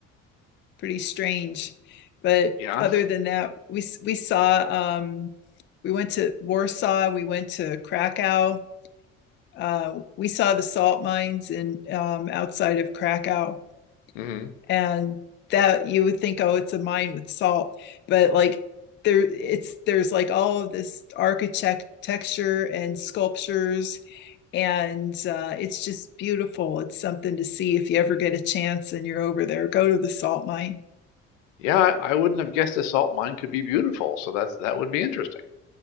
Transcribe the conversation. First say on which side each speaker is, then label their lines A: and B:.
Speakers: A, on the left; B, on the left.
A: pretty strange. But
B: Yeah.
A: other than that, we we saw um, we went to Warsaw, we went to Krakow, uh, we saw the salt mines in um, outside of Krakow,
B: hmm
A: and that you would think, oh, it's a mine with salt, but like there, it's there's like all of this architecture and sculptures, and uh, it's just beautiful. It's something to see if you ever get a chance and you're over there. Go to the salt mine.
B: Yeah, I I wouldn't have guessed a salt mine could be beautiful, so that's that would be interesting.